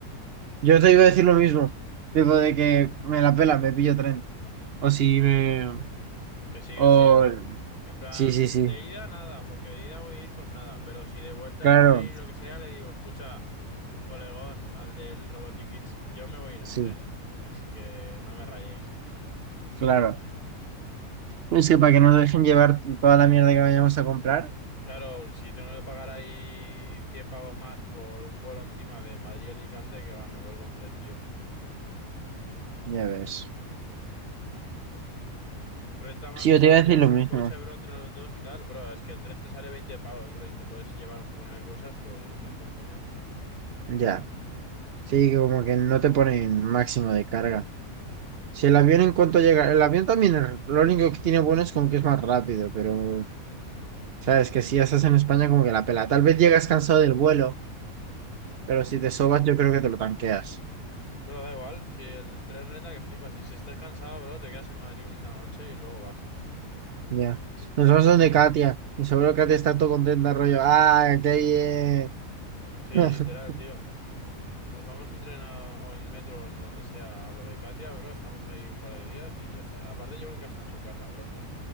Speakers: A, on the right; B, on the left.
A: Yo te iba a decir lo mismo, digo de que me la pela, me pillo tren. O si me...
B: Que sigue
A: O...
B: así, bro. En plan,
A: Sí, sí, sí.
B: de ida nada, porque de ida voy a ir con nada. Pero si de vuelta
A: Claro,
B: y lo que sea, le digo, escucha, colegón, al del Robotikids, yo me voy a ir en
A: sí,
B: tren. Así que no me rayéis.
A: claro. Es que para que no nos dejen llevar toda la mierda que vayamos a comprar,
B: Claro, si tengo que pagar ahí 100 pavos más por un vuelo encima de Madrid a Alicante, que va, me vuelvo en tren, tío.
A: ya ves.
B: Renta más
A: Sí,
B: hasta
A: yo te iba
B: alquilarse
A: a decir lo mismo.
B: un coche, bro, entre los dos y tal. Bro, es que el tren te sale 20 pavos, bro, y te puedes llevar un puñado de cosas, pues renta un puñado.
A: Ya. Sí, que como que no te ponen máximo de carga. Si el avión en cuanto llega, el avión también es- lo único que tiene bueno es como que es más rápido, pero sabes que si ya estás en España como que la pela. Tal vez llegas cansado del vuelo, pero si te sobas yo creo que te lo tanqueas.
B: Bro, da igual, si el tren renta que flipas. Si, si estás cansado, bro, te quedas en Madrid una noche y luego vas.
A: Ya. Nos vamos donde Katia. Y seguro Katia está todo contenta, rollo. ¡Ah, qué
B: Sí,
A: bien!
B: literal,
A: <laughs>
B: tío. Nos vamos en tren a- o en metro o en donde sea a lo de Katia, bro. Estamos ahí un par de días y ya está. Aparte, yo nunca he estado en su casa, bro.